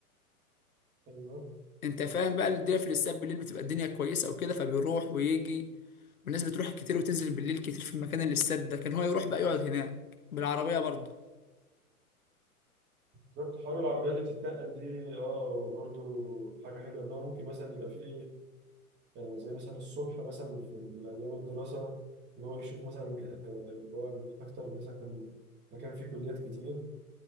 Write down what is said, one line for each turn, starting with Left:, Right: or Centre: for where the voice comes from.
Right: ايوه
Left: انت فاهم بقى الدنيا في الاستاد بالليل بتبقى الدنيا كويسه وكده فبيروح ويجي والناس بتروح كتير وتنزل بالليل كتير في مكان الاستاد ده كان هو يروح بقى يقعد هناك بالعربيه برضه
Right: بالظبط حوار العربيه اللي بتتنقل دي اه برضو حاجه حلوه ان هو ممكن مثلا يبقى فيه يعني زي مثلا الصبح مثلا في أيام الدراسة إن هو يشوف مثلا آه، اللي هو أكتر مثلا مكان فيه كليات كتير